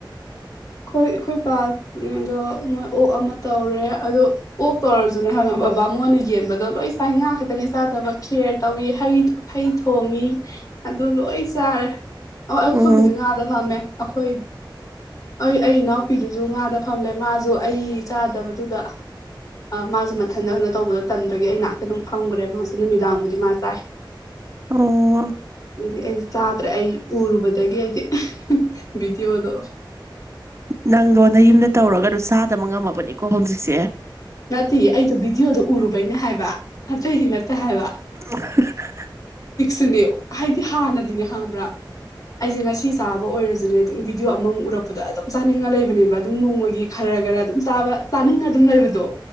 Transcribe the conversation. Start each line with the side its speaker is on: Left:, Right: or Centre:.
Left: ꯑꯩꯈꯣꯏ ꯑꯩꯈꯣꯏ ꯄꯥꯛ ꯑꯗꯣ ꯃꯣꯏ ꯑꯣꯛ ꯑꯃ ꯇꯧꯔꯦ ꯑꯗꯣ ꯑꯣꯛ ꯇꯧꯔꯁꯨꯅꯦ ꯍꯪꯉꯕ ꯕꯕꯥ ꯃꯣꯟꯅ ꯌꯦꯟꯕꯗꯣ ꯂꯣꯏ ꯆꯥ ꯉꯥ ꯈꯛꯇꯅꯤ ꯆꯥꯗꯕ ꯀꯦꯌꯔ ꯇꯧꯏ ꯍꯩ ꯍꯩ ꯊꯣꯡꯉꯤ ꯑꯗꯨ ꯂꯣꯏ ꯆꯥꯔꯦ ꯍ ꯑꯩꯈꯣꯏꯕꯨꯗꯤ
Right: ꯎꯝ
Left: ꯉꯥꯗ ꯐꯝꯃꯦ ꯑꯩꯈꯣꯏ ꯑꯩ ꯑꯩ ꯏꯅꯥꯎꯄꯤꯗꯨꯁꯨ ꯉꯥꯗ ꯐꯝꯂꯦ ꯃꯥꯁꯨ ꯑꯩ ꯆꯥꯗꯕꯗꯨꯗ ꯃꯥꯁꯨ ꯃꯊꯟꯇ ꯀꯩꯅꯣ ꯇꯧꯕꯗꯣ ꯇꯟꯕꯒꯤ ꯑꯩ ꯉꯥꯏꯍꯥꯛꯇ ꯑꯗꯨꯝ ꯐꯝꯈ꯭ꯔꯦ ꯃꯥꯁꯨ ꯅꯨꯃꯤꯗꯥꯡꯕꯨꯗꯤ ꯃꯥ ꯆꯥꯏ
Right: ꯑꯣꯝ
Left: ꯑꯗꯨꯗꯤ ꯑꯩꯗꯤ ꯆꯥꯗ꯭ꯔꯦ ꯑꯩ ꯎꯔꯨꯕꯗꯒꯤ ꯑꯩꯗꯤ ꯚꯤꯗꯤꯑꯣꯗꯣ
Right: ꯅꯪꯗꯣ ꯅ ꯌꯨꯝꯗ ꯇꯧꯔꯒ ꯑꯗꯨ ꯆꯥꯗꯕ ꯉꯝꯃꯕꯅꯤꯀꯣ ꯍꯧꯖꯤꯛꯁꯦ
Left: ꯅꯠꯇꯦ ꯑꯩꯗꯣ ꯚꯤꯗꯤꯑꯣꯗꯣ ꯎꯔꯨꯕꯩꯅꯦ ꯍꯥꯏꯕ ꯑꯇꯩꯒꯤ ꯅꯠꯇꯦ ꯍꯥꯏꯕ
Right: <unintelligible>
Left: ꯅꯦ ꯍꯥꯏꯗꯤ ꯍꯥꯟꯅꯗꯤꯅꯦ ꯍꯪꯕ꯭ꯔꯥ ꯑꯩꯁꯦ ꯉꯁꯤ ꯆꯥꯕ ꯑꯣꯏꯔꯁꯨꯅꯦ ꯑꯗꯨꯝ ꯚꯗꯤꯑꯣ ꯑꯃꯃꯨ ꯎꯔꯛꯄꯗ ꯑꯗꯨꯝ ꯆꯥꯅꯤꯡꯉ ꯂꯩꯕꯅꯦꯕ ꯑꯗꯨꯝ ꯅꯣꯡꯃꯒꯤ ꯈꯔ ꯈꯔ ꯈꯔ ꯑꯗꯨꯝ ꯆꯥꯕ ꯆꯥꯅꯤꯡꯉ ꯑꯗꯨꯝ ꯂꯩꯕꯗꯣ